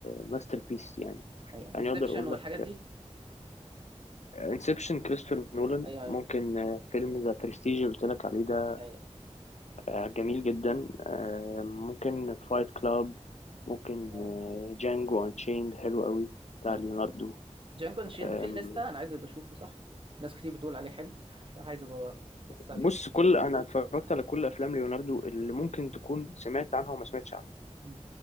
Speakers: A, on the left; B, on the right.
A: ماستر بيس يعني
B: ايوه انسبشن
A: يعني اقدر اقول
B: والحاجات
A: لك
B: دي
A: انسبشن كريستوفر نولان
B: ايوه ايوه
A: ممكن آه، فيلم ذا برستيج اللي قلت لك عليه ده
B: ايوه
A: آه، جميل جدا آه، ممكن فايت كلاب ممكن
B: أيوة.
A: جانجو انشيند حلو قوي بتاع
B: ايوه
A: ليوناردو
B: جانجو شيند
A: آم،
B: في الليسته انا عايز ابقى اشوفه صح ناس كتير بتقول عليه حلو <laughs> عايز ابقى ابص
A: بص
B: عليه
A: كل انا اتفرجت على كل افلام ليوناردو اللي ممكن تكون سمعت عنها وما سمعتش عنها
B: مم.